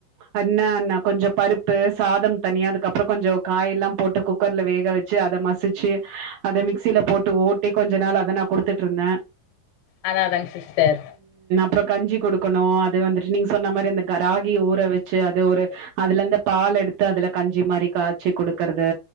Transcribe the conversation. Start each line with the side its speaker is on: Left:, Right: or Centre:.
Right: அன்னான்னா கொஞ்சோ பருப்பு சாதோ தனியா அதுக்கப்புறோ கொஞ்சோ காய எல்லா போட்டு குக்கர்ல வேக வெச்சு அத மசிச்சு அத மிக்சியில போட்டு ஓட்டி கொஞ்சோ நாள் அத நா குடுத்துட்டு இருந்தே
Left: அத்தா அத்தாங்க சிஸ்டர்
Right: அப்பறோ கஞ்சி கொடுக்க னு அது வந்துட்டு நீங்க சொன்ன மாரி இந்த கராகி ஊற வெச்சு அது ஒரு அதுல இருந்து பால் எடுத்து அதுல கஞ்சி மாரி காச்சி குடுக்கறது